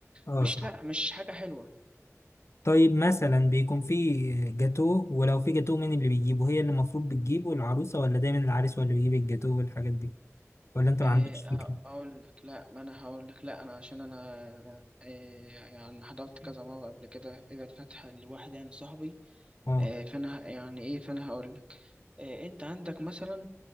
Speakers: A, on the left; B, on the right.
A: اه
B: مش
A: صح
B: لا مش حاجة حلوة
A: طيب مثلا بيكون في جاتوه ولو في جاتوه مين اللي بيجيبه هي اللي المفروض بتجيبه العروسة ولا دايما العريس هو اللي بيجيب الجاتوه والحاجات دي ولا انت ما
B: آه،
A: عندكش فكرة
B: أقول لك لا ما أنا هقول لك لا أنا عشان أنا آه، يعني حضرت كذا مرة قبل كده ابعد فتحة لواحد يعني صاحبي
A: اه
B: آه، فأنا ه- يعني إيه فأنا هقول لك آه، أنت عندك مثلا